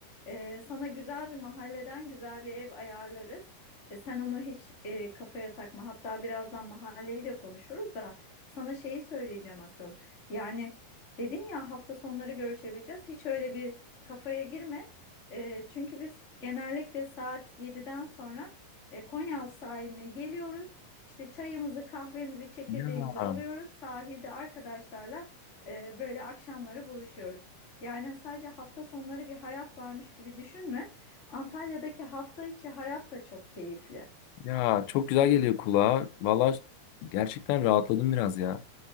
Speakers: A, on the left (about 20°); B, on the left (about 80°).
A: Ee, sana güzel bir mahalleden güzel bir ev ayarlarız. Ee, sen onu hiç e, kafaya takma. Hatta birazdan mahalleyi de konuşuruz da sana şeyi söyleyeceğim asıl. Yani dedin ya hafta sonları görüşebileceğiz. Hiç öyle bir kafaya girme. Ee, çünkü biz genellikle saat yediden sonra e, Konyaaltı sahiline geliyoruz. İşte çayımızı, kahvemizi, çekirdeğimizi
B: Ya,
A: alıyoruz. Sahilde arkadaşlarla ee, böyle akşamları buluşuyoruz. Yani sadece hafta sonları bir hayat varmış gibi düşünme. Antalya'daki hafta içi hayat da çok keyifli.
B: ya çok güzel geliyor kulağa. Valla gerçekten rahatladım biraz ya.